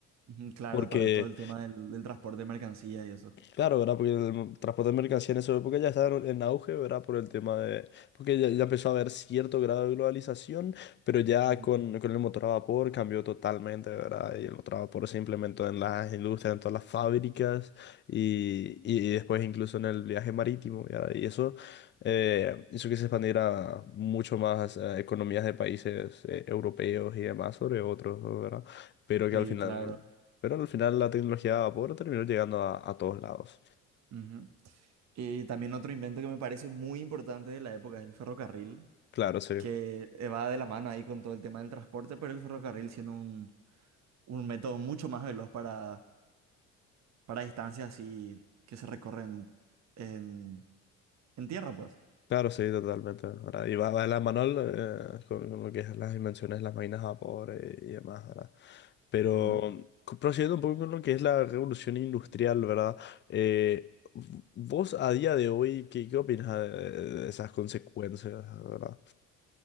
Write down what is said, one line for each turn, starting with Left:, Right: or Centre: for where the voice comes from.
Right: Ujú, Claro,
Left: porque
Right: para todo el tema del, del transporte de mercancías y eso.
Left: Claro, ¿verdad? Porque el transporte de mercancías en esa época ya estaba en, en auge, ¿verdad? Por el tema de... Porque ya, ya empezó a haber cierto grado de globalización, pero ya
Right: Ujú.
Left: con, con el motor a vapor cambió totalmente, ¿verdad? Y el motor a vapor se implementó en las industrias, en todas las fábricas y, y- y después incluso en el viaje marítimo, ¿verdad? Y eso eh, hizo que se expandiera mucho más a economías de países eh, europeos y demás sobre otros, ¿verdad? Pero que
Right: Sí,
Left: al final...
Right: claro.
Left: Pero al final la tecnología de vapor terminó llegando a, a todos lados.
Right: Ujú. Y también otro invento que me parece muy importante de la época es el ferrocarril,
Left: Claro, sí,
Right: que eh, va de la mano ahí con todo el tema del transporte, pero el ferrocarril siendo un, un método mucho más veloz para, para distancias así que se recorren en, en tierra, pues.
Left: claro, sí, totalmente. Ahora, y va, va de la mano eh, con, con lo que es las invenciones de las máquinas a vapor eh, y demás, ¿verdad? Pero
Right: Ujú.
Left: mm, co- prosiguiendo un poco con lo que es la revolución industrial, ¿verdad? Eh, v- vos a día de hoy, ¿qué, qué opinas de, de esas consecuencias, ¿verdad?